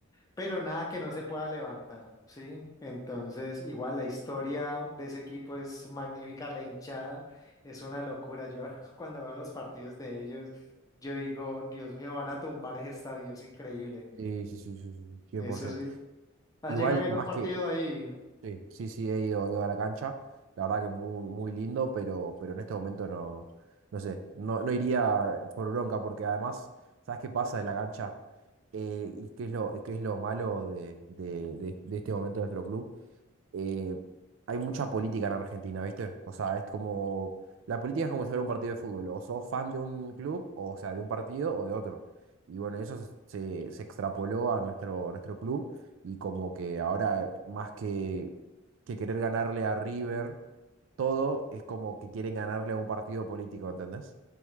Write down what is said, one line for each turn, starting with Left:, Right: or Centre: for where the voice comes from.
Left: pero nada que no se pueda levantar, ¿sí? Entonces, igual la historia de ese equipo es magnífica, la hinchada es una locura, yo <laughs> cuando veo los partidos de ellos, yo digo, Dios mío, van a tumbar ese estadio, es increíble,
Right: Sí, sí, sí, sí, sí, sí, 100%.
Left: eso sí. ¿Has
Right: Igual,
Left: llegado a ir
Right: más
Left: a un partido
Right: que,
Left: ahí?
Right: Sí, sí, sí, he ido, he ido a la cancha. La verdad que muy, muy lindo, pero, pero en este momento no, no sé, no, no iría eh, por bronca, porque además, ¿sabes qué pasa de la cancha? Eh, ¿y qué es lo, qué es lo malo de, de, de- de este momento de nuestro club? eh, hay mucha política en Argentina, ¿viste? O sea, es como, la política es como si fuera un partido de fútbol, o sos fan de un club, o, sea, de un partido o de otro. Y bueno, eso se, se- se extrapoló a nuestro, a nuestro club y como que ahora, más que, que querer ganarle a River, todo es como que quieren ganarle a un partido político, ¿entendés?